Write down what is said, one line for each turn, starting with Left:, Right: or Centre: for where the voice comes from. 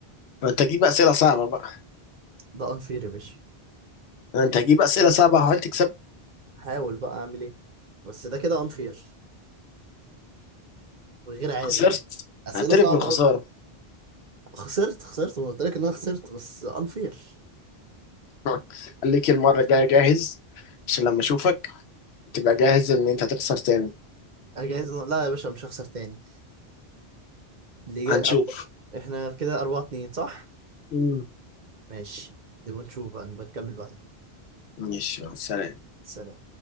Left: ما انت هتجيب اسئله صعبه بقى
Right: ده unfair يا باشا
Left: ما انت هتجيب اسئله صعبه وهل تكسب
Right: احاول بقى اعمل ايه بس ده كده انفير وغير عادل
Left: خسرت
Right: اسئله
Left: اعترف
Right: صعبه
Left: بالخساره
Right: قوي خسرت خسرت ما قلت لك ان انا خسرت بس انفير
Left: <laughs> خليك المره الجايه جاهز عشان لما اشوفك تبقى جاهز ان انت تخسر تاني
Right: اجهز لا يا باشا مش هخسر تاني اللي جاي
Left: هنشوف
Right: أربع... احنا كده أربعة اتنين صح
Left: مم.
Right: ماشي نبقى نشوف بقى نبقى نكمل بعدين
Left: ماشي مع السلامه
Right: سلام